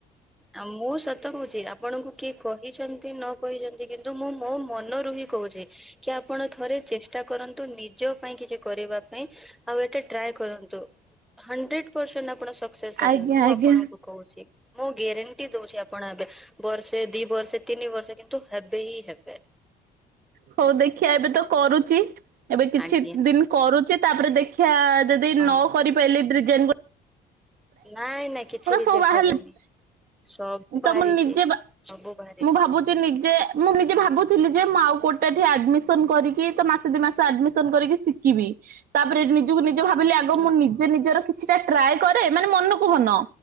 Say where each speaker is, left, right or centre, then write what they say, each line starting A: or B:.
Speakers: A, in the centre; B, on the right.
A: ଆଉ ମୁଁ ସତ କହୁଛି ଆପଣଙ୍କୁ କିଏ କହିଛନ୍ତି ନ କହିଛନ୍ତି କିନ୍ତୁ ମୁଁ ମୋ ମନରୁ ହିଁ କହୁଛି। କି ଆପଣ ଥରେ ଚେଷ୍ଟା କରନ୍ତୁ ନିଜ ପାଇଁ କିଛି କରିବା ପାଇଁ। ଆଉ ଏଟା ଟ୍ରାଏ କରନ୍ତୁ ହଣ୍ଡରେଟ୍ ପର୍ ସେଣ୍ଟ
B: ଆଜ୍ଞା
A: ମୁଁ
B: ଆଜ୍ଞା
A: ଆପଣ କୁ କହୁଛି ମୁଁ ଗ୍ୟାରେଣ୍ଟି ଦଉଛି ଆପଣ ଏବେ ବର୍ଷେ ଦି ବର୍ଷେ ତିନି ବର୍ଷେ କିନ୍ତୁ ହେ ବେ ହେବେ।
B: ହଉ ଦେଖିବା ଏବେ ତ କରୁଛି ଏବେ କିଛି
A: ଆଜ୍ଞା
B: ଦିନ କରୁଛି। ତାପରେ ଦେଖିବା ଯଦି ନ
A: ହଁ।
B: କରିପାରିଲେ? ଡିଜାଇନ୍
A: ନାଇଁ ନାଇଁ କିଛି ରିଜେକ୍ଟ
B: ସବୁ ବାହାରିଲେ
A: ହେବେନି। ସବୁ
B: ତ
A: ବାହାରିଛି
B: ମୁଁ ନିଜେ
A: ସବୁ ବାହାରିଛି।
B: ମୁଁ ଭାବୁଛି ନିଜେ ମୁଁ ନିଜେ ଭାବୁଥିଲି ଯେ ମୁଁ ଆଉ କୋଟେ ଏଠି ଆଡମିସନ କରିକି ତ ମାସ ଦି ମାସ ଆଡମିସନ କରିକି କିିବି ତାପରେ ନିଜକୁ ନିଜେ ଭାବିଲି ଆଗ
A: ହୁଁ
B: ମୁଁ ନିଜେ ନିଜର କିଛିଟା ଟ୍ରାଏ କରେ ମାନେ ମନକୁ ମନ